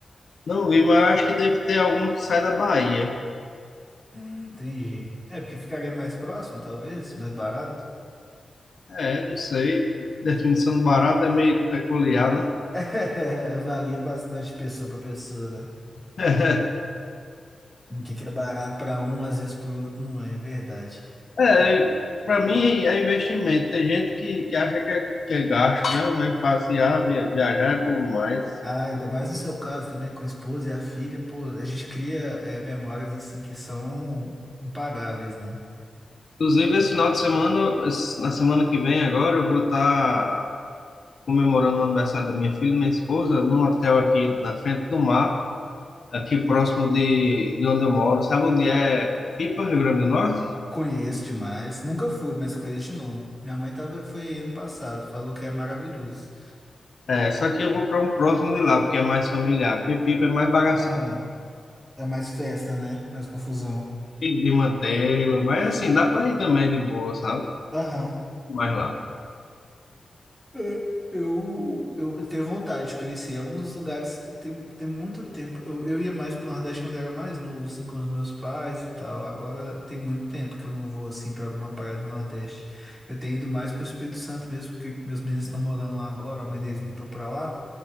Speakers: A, on the left (about 60°); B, in the centre.
A: não vi, mas eu acho que deve ter algum que sai da Bahia.
B: Hum, entendi. É, porque ficaria mais próximo, talvez, mais barato. <laughs>
A: É, não sei. Definição do barato é meio peculiar, né?
B: É, varia bastante de pessoa pra pessoa, né?
A: <laughs>
B: O que que é barato pra um, às vezes pro outro não é, é verdade.
A: É, para mim é investimento. Tem gente que, que acha que é, que é gasto, né? Mas passear, via- viajar é bom mais.
B: Ah, ainda mais no seu caso também, com a esposa e a filha, pô, a gente cria é, memórias assim que são impagáveis, né?
A: Inclusive, esse final de semana, esse- na semana que vem agora, eu vou estar comemorando o aniversário da minha filha e minha esposa num hotel aqui na frente do mar, aqui próximo de, de onde eu moro. Sabe onde é Pipa, Rio Grande do Norte?
B: Conheço demais, nunca fui, mas conheço de nome. Minha mãe tava, foi aí ano passado, falou que é maravilhoso.
A: É, só que eu vou para um próximo de lá, porque é mais familiar, porque Pipa é mais bagaceiro
B: Aham. É mais festa, né? Mais confusão.
A: de mantê-lo, mas assim, dá para ir também de boa, sabe?
B: Aham.
A: Mas lá.
B: É, Eu, eu, eu tenho vontade de conhecer. É um dos lugares que tem, tem muito tempo. Eu, eu ia mais pro Nordeste quando era mais novo, assim, com os meus pais e tal. Agora tem muito tempo que eu não vou, assim, pra alguma praia do Nordeste. Eu tenho ido mais pro Espírito Santo mesmo, porque meus meninos estão morando lá agora, a mãe deles mudou pra lá.